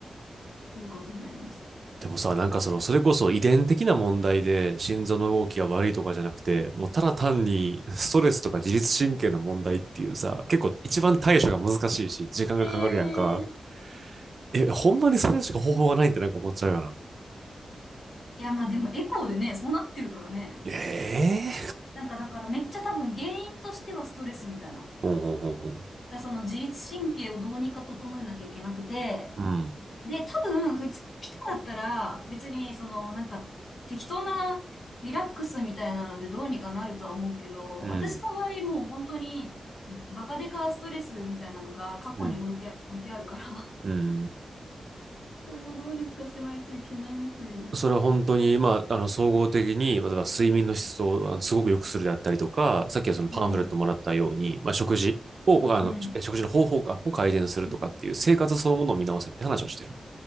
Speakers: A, on the left; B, on the right.
A: いうことになりました。
B: でもさ、なんかその、それこそ遺伝的な問題で心臓の動きが悪いとかじゃなくて、もうただ単に <laughs> ストレスとか自律神経の問題っていうさ、結構一番対処が難しいし、時間がかかるやんか。
A: えー、
B: え、ほんまにそれしか方法がないんってなんか思っちゃうよな。
A: いや、まあでもエコーでね、そうなってるからね。
B: ええ
A: なんかだからめっちゃ多分原因としてはストレスみたいな。だか
B: ほんほんほんほん。
A: らその自律神経をどうにか整えなきゃいけなくて、
B: うん。
A: で、多分、普通の人だったら、別に、その、なんか、適当なリラックスみたいなので、どうにかなるとは思うけど、
B: うん。
A: 私の場合、もう本当に、バカデカストレスみたいなのが過去に置いて、
B: うん。
A: 置いてあるから、
B: うん。
A: <laughs> それをどうにかせないといけないみたいです。
B: それは本当に、まあ、あの、総合的に、まあ、例えば睡眠の質をあのすごく良くするであったりとか、さっきはそのパンフレットもらったように、
A: うん。
B: まあ、食事を、まあ、あの、
A: うん。
B: え食事の方法か、を改善するとかっていう生活そのものを見直せって話をしてる。
A: うん。